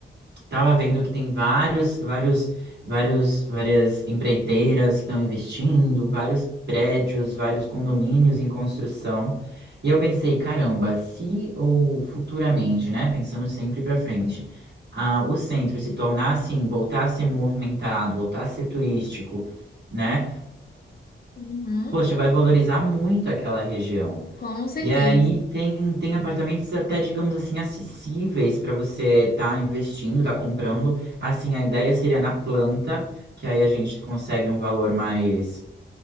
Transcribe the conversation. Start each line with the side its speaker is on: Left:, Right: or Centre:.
Right: Tava vendo que tem vários, vários, vários, várias empreiteiras que estão investindo, vários prédios, vários condomínios em construção. E eu pensei, caramba, se ou futuramente, né, pensando sempre para frente, ah, o centro se tornar assim, voltar a ser movimentado, voltar a ser turístico, né?
Left: Uhum,
Right: poxa, vai valorizar muito aquela região.
Left: com certeza.
Right: E aí tem, tem apartamentos até, digamos assim, acessíveis para você estar investindo, estar comprando. Assim, a ideia seria na planta, que aí a gente consegue um valor mais,